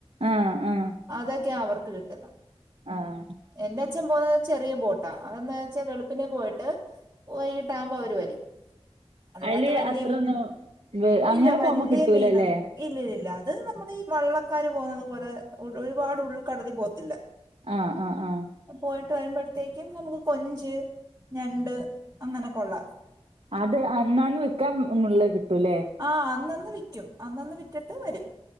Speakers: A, on the right; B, on the right.
A: ആഹ് ആഹ്
B: അതൊക്കെയാ അവർക്ക് കിട്ടുന്നത്
A: ആഹ്
B: എന്റെ അച്ഛൻ പോകുന്നത് ചെറിയ ബോട്ടാ അതെന്നാ വെച്ചാ വെളുപ്പിന് പോയിട്ട് പോയീട്ടാവുമ്പൊ അവര് വരും അതിനകത്ത്
A: അയില്
B: വല്യ
A: അത്രൊന്നും
B: <unintelligible>
A: വെ അങ്ങനെ
B: ഇല്ല വല്യ
A: പോകുമ്പോ കിട്ടൂലല്ലേ
B: മീനൊന്നും കിട്ടി ഇല്ല ഇല്ലില്ല അത് നമ്മുടെ ഈ വള്ളക്കാര് പോകുന്നതു പോലെ ഒരുപാട് ഉൾക്കടലിൽ പോകത്തില്ലെ.
A: ആഹ് ആഹ് ആഹ്.
B: പോയിട്ട് വരുമ്പോഴ്ത്തേക്കും നമുക്ക് കൊഞ്ച്, ഞണ്ട്, അങ്ങനൊക്കൊള്ള.
A: അത് അന്നാന്ന് വിക്കാൻ മുള്ളെ കിട്ടൂല്ലേ.
B: ആ അന്നന്ന് വിക്കും, അന്നന്ന് വിറ്റിട്ട് വരും.